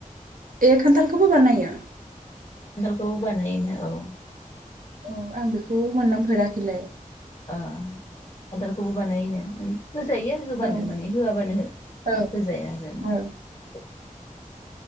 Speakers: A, on the right; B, on the left.
A: ए खान्थाल खौबो बानायो?
B: ओ बानायोना औ
A: औ आं बेखौ मोनलोंफेराखैलाय।
B: ओ खान्था लखौबो बानायोनो माने होजायो आरो होबानो
A: औ
B: माने होआबानो हो-होजाया
A: औ
B: आरो ना।
A: औ